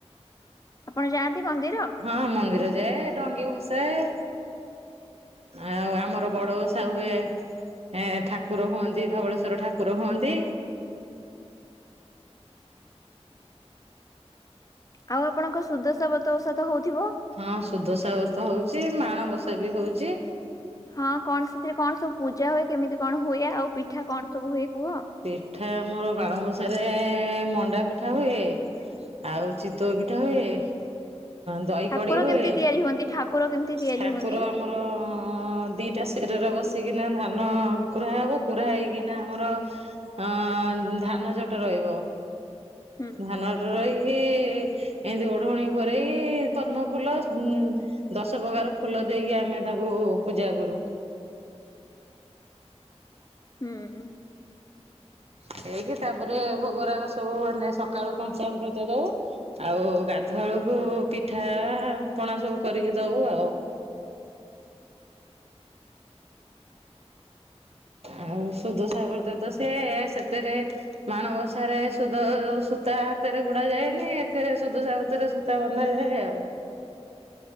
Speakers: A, on the left (about 30°); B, on the right (about 65°).
A: ଆପଣ ଯାଆନ୍ତି ମନ୍ଦିର?
B: ହଁ ମନ୍ଦିର ଯାଏ ଡଙ୍ଗି ଭସାଏ। ଆଉ ଆମର ବଡ ଉଷା ହୁଏ। ହେଁ ଠାକୁର ହୁଅନ୍ତି ଧବଳେସ୍ୱର ଠାକୁର ହୁଅନ୍ତି।
A: ଆଉ ଆପଣଙ୍କ ସୁଦଶାବତ ଓଷା ତ ହଉଥିବ?
B: ହଁ ସୁଦସାବ୍ରତ ହୋଉଛି ମାଣବସା ବି ହଉଛି।
A: ହଁ କଣ ସେଥିରେ କଣ ସବୁ ପୂଜା ହୁଏ କେମିତି କଣ ହୁଏ ଆଉ ପିଠା କଣ ସବୁ ହୁଏ କୁହ?
B: ପିଠା ଆମର ବାଣବସାରେ ମଣ୍ଡା ପିଠା ହୁଏ। ଆଉ ଚିତୋଉ ପିଠା ହୁଏ। ଦହି
A: ଠାକୁର
B: କଡି ହୁଏ
A: କେମତି ତିଆରି ହୁଅନ୍ତି ଠାକୁର କେମିତି ତିଆରି
B: ଠାକୁର
A: ହୁଅନ୍ତି
B: ଆମର ହଁ ଦିଟା ଶିରରେ ବସିକିନା ଧାନ କୁୁରା ହବ କୁୁରା ହେଇକିନା ଆମର ଅଁ ଧାନ ଜଟ ରହିବ
A: ହୁଁ
B: ଧାନ ରହିକି ଏମିତି ଓଢଣୀ ଘୋରେଇ ପଦ୍ମଫୁଲ ଉ ଦଶ ପ୍ରକାର ଫୁଲ ଦେଇକି ଆମେ ତାକୁ ପୂଜା କରୁ।
A: ହୁଁ।
B: ହେଇକି ତାପରେ ଭୋଗରାଗ ସବୁ ମାନେ ସକାଳୁ ପଞ୍ଚାମୃତ ଦଉ। ଆଉ ଗାଧୁଆଳକୁ ପିଠା ପଣା ସବୁ କରିକି ଦଉ ଆଉ। ଆଉ ସୁଦଶାବ୍ରତ ତ ସେ ସେଥିରେ ମାଣବସାରେ ସୁଦ ସୂତା ହାତରେ ଗୁଡା ଯାଏନି ଏଥିରେ ସୁଦସା ବ୍ରତରେ ତା ବନ୍ଧାଯାଏ ଆଉ